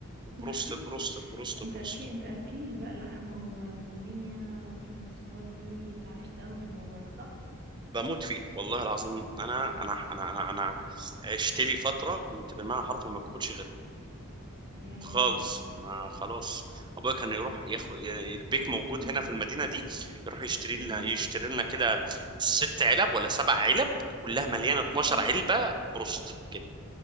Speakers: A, on the right (about 20°); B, on the right (about 50°).
A: البروست
B: <laughs>
A: البروست البروست البروست
B: انت اكيل انت اكيل بقى لحمة وطومية وبتحب الصوصات دي فعشت قوي في الموضوع ده صح
A: بموت فيه والله العظيم انا انا انا انا انا عشت لي فتره كنت بالمعنى حرفي ما باكلش غيره
B: يا
A: خالص
B: يا ابني
A: ما خلاص ابويا كان يروح ياخد
B: هو-
A: يعني البيك موجود
B: <clears throat>
A: هنا في المدينه دي يروح يشتري
B: أمم.
A: لنا يشتري لنا كده ست علب ولا سبع علب كلها مليانه
B: <laughs>
A: 12 علبه بروست كده